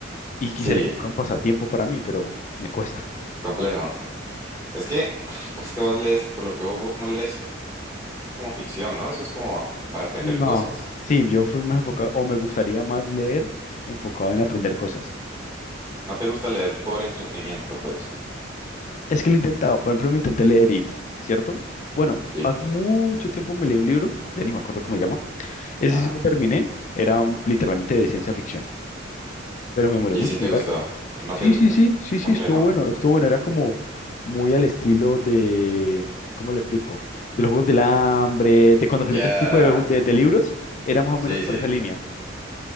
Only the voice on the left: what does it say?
y quisiera
que fuera un pasatiempo para mí, pero me cuesta.
No,
sí, yo fui más enfocado, o me gustaría más leer enfocado en aprender cosas.
Es que lo he intentado, por ejemplo, me intenté leer It, ¿cierto? Bueno,
hace mucho tiempo me leí un libro, ya ni me acuerdo cómo se llama, ese
sí lo terminé, era um, literalmente de ciencia ficción, pero me demoré
mucho
en
leerlo.
Sí,
sí,
sí, sí,
sí, estuvo bueno, estuvo bueno, era como muy al estilo de, ¿cómo lo explico? De los Juegos del Hambre, de cuando salió
este tipo de, de de libros, era más o
menos por
esa
línea.